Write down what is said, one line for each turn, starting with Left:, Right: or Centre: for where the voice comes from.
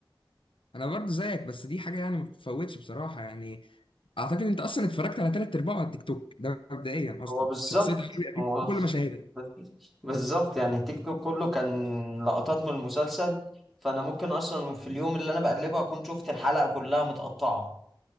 Left: أنا برضو زيك بس دي حاجة يعني ما بتتفوتش بصراحة يعني اعتقد انت اصلا اتفرجت على ثلاث ارباعه على التيك توك ده مبدئيا اصلا
Centre: هو بالظبط
Left: شخصيه حربي اكيد
Centre: هو
Left: في كل مشاهدها
Centre: مفيش. بالظبط يعني تيك توك كله كان لقطات من المسلسل فانا ممكن اصلا في اليوم اللي انا بقلبه اكون شفت الحلقة كلها متقطعة